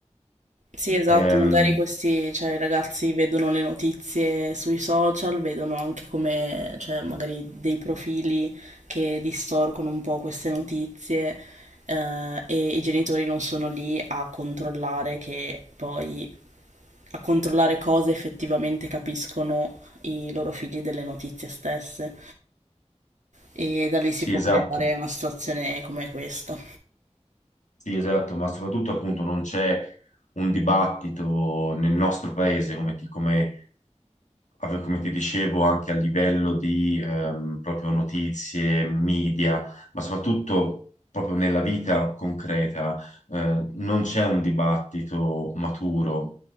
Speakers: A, on the right (about 80°); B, on the left (about 85°).
A: Sì, esatto,
B: Ehm,
A: magari questi, cioè, i ragazzi vedono le notizie sui social, vedono anche come, cioè, magari dei profili che distorcono un po' queste notizie, eh, e i genitori non sono lì a controllare che poi, a controllare cosa effettivamente capiscono i loro figli delle notizie stesse. E da lì si
B: sì,
A: può
B: esatto,
A: creare una situazione come questa.
B: sì, esatto, ma soprattutto appunto non c'è un dibattito nel nostro paese come, ti- come ave- come ti dicevo, anche a livello di ehm, proprio notizie, media, ma soprattutto proprio nella vita concreta, eh, non c'è un dibattito maturo